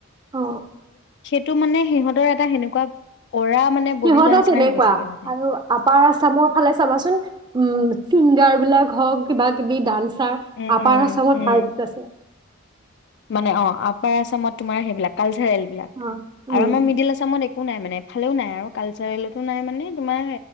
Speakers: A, on the right (about 20°); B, on the left (about 55°).
A: অ
B: টো মানে সিহঁতৰ এটা সেনেকুৱা অৰা মানে বনি
A: সিহঁতৰ
B: যোৱা নিচিনা
A: তেনেকুৱা
B: হৈ গৈছেগে
A: আও,
B: মানে
A: আৰু আপাৰ আচামৰ ফালে চাবাচোন উম ছিংগাৰ বিলাক হওক কিবা কিবি ডান্স ছাৰ
B: উম
A: আপাৰ
B: উম
A: আামত
B: উম
A: হাইছ আছে
B: মানে অ আপাৰ আসামত তোমাৰ সেইবিলাক, কালচাৰেল বিলাক,
A: অ উম
B: আৰু আমাৰ মিডিল আসামত একো নাই মানে এফালেও নাই আৰু কালচাৰেলতো নাই মানে তোমাৰ